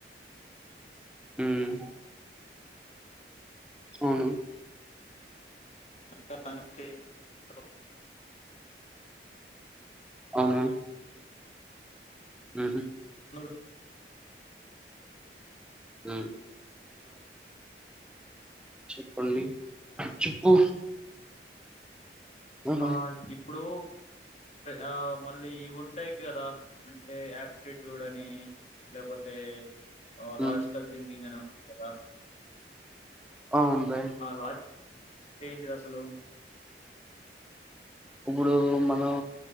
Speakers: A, on the left; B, in the centre.
A: <unintelligible>
B: ఉమ్ అవును
A: <unintelligible>
B: అవున హ్ హు
A: హలో
B: ఉమ్
A: హలో
B: చెప్పండి అ చెప్పు అవును
A: ఆ ఇప్ ఇప్పుడు ఆ మళ్ళీ ఇవి ఉంటాయి కదా అంటే ఆయాప్టిట్యూడ్ అని లేకపోతే ఆ లాజికల్
B: ఉమ్
A: థింకింగ్ అనే ఉంది కాదా
B: అ ఉంటాయి
A: లాజిక్ ఏంటిది అసలు
B: ఇప్పుడు మనం